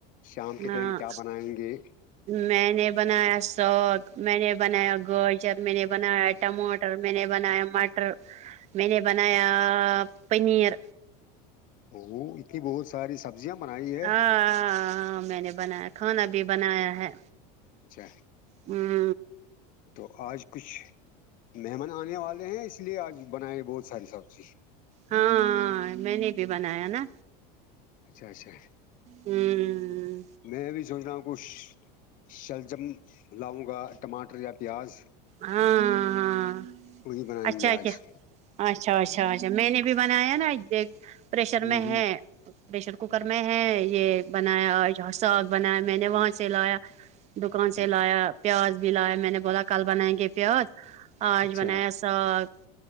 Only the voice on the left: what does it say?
شام کے
ٹائم کیا بنائیں گے
ا اتے بہت ساری سب سبزیا بنائیے
اچھا
تو آج کچھ مہمان آنے والے ہیں اس لیے آج بنائے بہت ساری سبزی
اچھا اچھا
میں بھی سوچ رہا ہوں کچھ شلجم لاؤں گا ٹماٹر یا پیاز
وہی بنائیں
گے
آج
ہوں
ہوں
ہ
اچھا